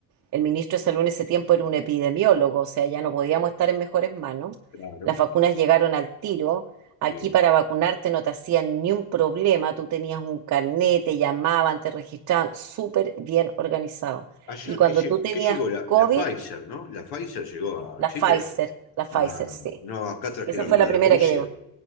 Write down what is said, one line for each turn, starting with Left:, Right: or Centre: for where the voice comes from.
Right: el ministro de Salud en ese tiempo era un epidemiólogo, o sea, ya no podíamos estar en mejores manos.
Left: claro.
Right: Las vacunas llegaron al tiro. Aquí
Left: eh,
Right: para vacunarte no te hacían ni un problema, tú tenías un carnet, te llamaban, te registraban, súper bien organizado.
Left: allá
Right: Y cuando
Left: que, lle-
Right: tú tenías
Left: que llegó la,
Right: COVID,
Left: la Pfizer, ¿no? La Pfizer llegó a
Right: la
Left: Chile.
Right: Pfizer, la Pfizer,
Left: Ah,
Right: sí.
Left: no, acá trajeron
Right: Esa fue
Left: una
Right: la
Left: de
Right: primera
Left: Rusia,
Right: que llegó.